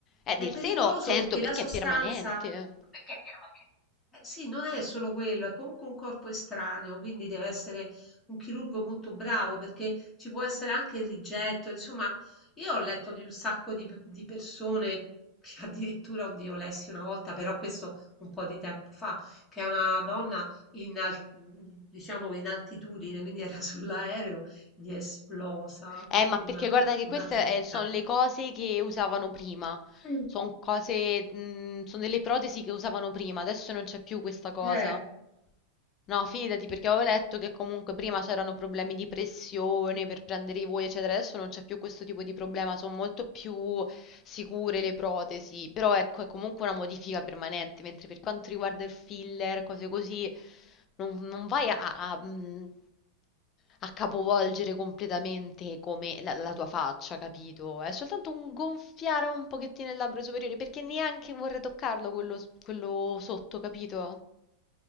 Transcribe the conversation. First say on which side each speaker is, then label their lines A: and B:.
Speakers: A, on the left; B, on the left.
A: Eh, del
B: È pericoloso
A: seno, certo,
B: perché
A: perché
B: la sostanza,
A: è permanente.
B: Perché è permanente? eh, sì, non è solo quello, è comunque un corpo estraneo, quindi deve essere un chirurgo molto bravo perché ci può essere anche il rigetto. Insomma, io ho letto di un sacco di, pe- di persone che addirittura, oddio, lessi una volta, però questo un po' di tempo fa, che è una donna in, al- mm, diciamo, in altitudine, quindi era <laughs> sull'aereo gli è esplosa
A: Eh, ma
B: una,
A: perché guarda che
B: una
A: queste
B: testa.
A: sono le cose che usavano prima.
B: Mm.
A: Sono
B: <laughs>
A: cose, mm, sono delle protesi che usavano prima, adesso non c'è più questa cosa.
B: Eh,
A: No, fidati perché avevo letto che comunque prima c'erano problemi di pressione per prendere i voli, eccetera. Adesso non c'è più questo tipo di problema, sono molto più sicure le protesi. Però ecco, è comunque una modifica permanente, mentre per quanto riguarda il filler, cose così, non, non vai a, a- a, mh, a capovolgere completamente come la, la tua faccia, capito? È soltanto un gonfiare un pochettino il labbro superiore, perché neanche vorrei toccarlo quello, quello sotto, capito?